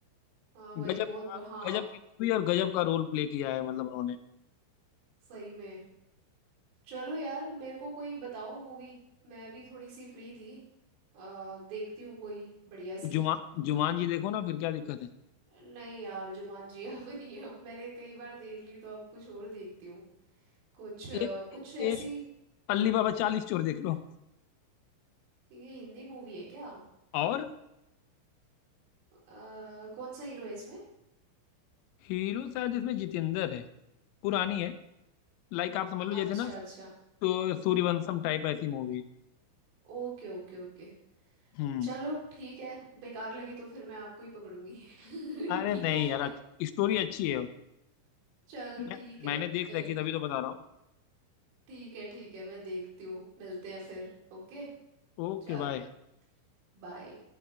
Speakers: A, on the right; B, on the left.
A: हाँ भाई
B: गजब
A: बहुत
B: का
A: ब- हाँ
B: गजब की मूवी और गजब का रोल प्ले किया है मतलब उन्होंने
A: सही में चलो यार मेरे को कोई बताओ मूवी मैं भी थोड़ी सी फ्री थी आ, देखती हूँ कोई बढ़िया सी
B: जुमा जुमान जी देखो ना फिर क्या दिक्कत है
A: नहीं यार जुमान जी <laughs> अब नहीं अब मैंने कई बार देख ली तो अब कुछ और देखती हूँ कुछ अ,
B: एक
A: कुछ ऐसी
B: एक अल्ली बाबा चालीस चोर देख लो
A: ये हिंदी मूवी है क्या
B: और
A: अ, कौन सा हीरो है इसमें
B: हीरो शायद इसमें जितेंद्र है पुरानी है लाइक आप समझ लो जैसे
A: अच्छा
B: ना
A: अच्छा
B: तो सूर्यवंशम टाइप ऐसी मूवी है
A: Okay okay okay
B: हम्म
A: चलो ठीक है बेकार लगी तो फिर मैं आपको ही पकड़ूंगी
B: अरे
A: <laughs> ठीक
B: नहीं
A: है
B: यार स्टोरी अच्छी है
A: चलो
B: मैं,
A: ठीक
B: मैंने
A: है
B: देख
A: फिर
B: रखी है, तभी तो बता रहा हूँ
A: ठीक है ठीक है मैं देखती हूँ मिलते हैं फिर ओके
B: Okay
A: चलो
B: bye
A: बाय